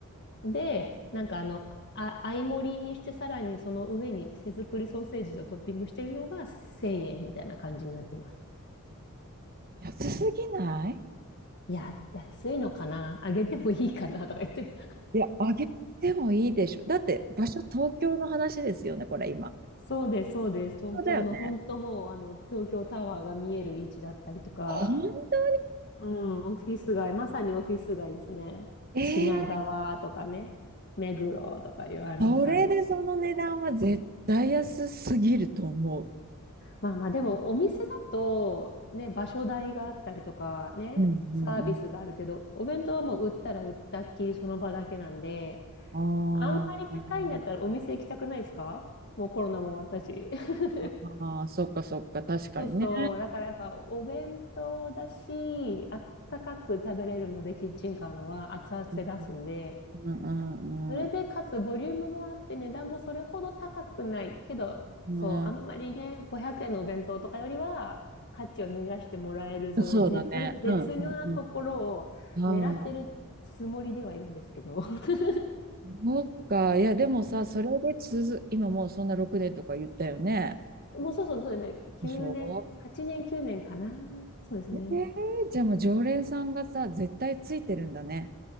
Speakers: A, on the left; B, on the right.
A: で、なんかあの、あ、合い盛りにしてさらにその上に手作りソーセージをトッピングしてるのが1000円みたいな感じになってます。
B: 安すぎない
A: いや、安いのかなあげてもいいかなとか言って。
B: いや、あげてもいいでしょ。だって、場所東京の話ですよね、これ今。
A: そうです、そうです。東京の本当もう、
B: そうだよね。
A: あの、東京タワーが見える位置だったりとか、
B: 本当
A: うん、オフィス街、まさにオフィス街ですね。
B: にえー、
A: 品川とかね、目黒とかいう、あ、なんかあの、
B: それでその値段は絶対安すぎると思う。
A: まあまあ、でもお店だと、ね、場所代があったりとか、ね、
B: うんうんうん。
A: サービスがあるけど、お弁当はもう売ったら売ったっきりその場だけなんで、
B: あー
A: あんまり高いんだったらお店行きたくないですかもうコロナも終わったし。<laughs>
B: あー、そっかそっか、確かにね。
A: そうそう。だからやっぱお弁当だし、あったかく食べれるので、キッチンカーのは熱々で出すんで、
B: うんうんうん。
A: それで、かつボリュームもあって値段もそれほど高くないけど、
B: うん
A: そう、あんまりね、500円のお弁当とかよりは価値を見出してもらえる、その絶、
B: うん。そうだね。
A: 絶妙なところを狙ってるつもりではいるんですけど。
B: うんうんうん。ああ、
A: <laughs>
B: そっか。いや、でもさ、それで続、今もうそんな6年とか言ったよね。
A: もうそうそう、そうですね。9年、
B: でしょ
A: 8年、9年かな。そうですね。
B: えー、じゃあもう常連さんがさ、絶対ついてるんだね。